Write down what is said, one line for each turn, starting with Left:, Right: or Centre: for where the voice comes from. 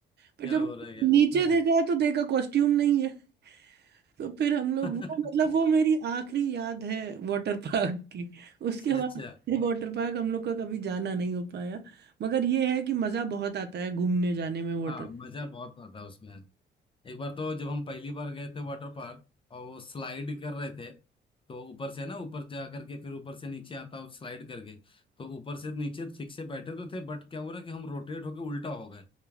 Right: पर
Left: क्या
Right: जब
Left: हो रहा है क्या
Right: नीचे
Left: <laughs> हो रहा
Right: देखा है तो देखा कॉस्ट्यूम नहीं है तो फिर हम लोग
Left: है <laughs>
Right: वो मतलब वो मेरी आखिरी याद है वाटर पार्क की उसके
Left: अच्छा
Right: बाद
Left: अच्छा
Right: वाटर पार्क हम लोग का कभी जाना नहीं हो पाया मगर ये है कि मज़ा बहुत आता है घूमने जाने में वाटर
Left: हाँ मजा बहुत आता है उसमें एक बार तो जब हम पहली बार गए थे वाटर पार्क और वो स्लाइड कर रहे थे तो ऊपर से ना ऊपर जा करके फिर ऊपर से नीचे आता और स्लाइड करके तो ऊपर से नीचे ठीक से बैठे तो थे बट क्या हुआ ना कि हम रोटेट होके उल्टा हो गए